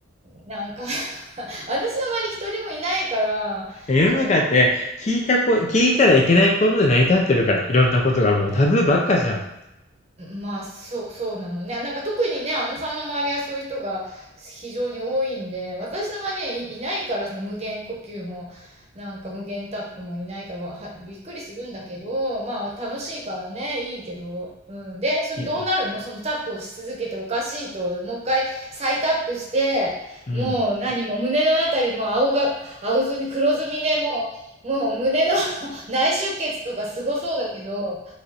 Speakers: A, on the right; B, on the left.
A: なんか <laughs> 私の周り一人もいないから、
B: いや世の中って聞いたこ、
A: その、
B: 聞いたらいけないことで成り立ってるから、いろんなことがもうタブーばっかじゃん。
A: まあ、そう、そうなのね。なんか特にね、あのさんの周りはそういう人が非常に多いんで、私の周りにはい、いないから、その無限呼吸も、なんか無限タップもいないからは、はびっくりするんだけど、まあ楽しいからね、いいけど。うん。で、そのどうなるのそのタップをし続けておかしいと、
B: いや、
A: もう一回再タップして、
B: うん。
A: もう何も胸のあたりも青が、青ずみ、黒ずみでもう、もう胸の <laughs> 内出血とかすごそうだけど、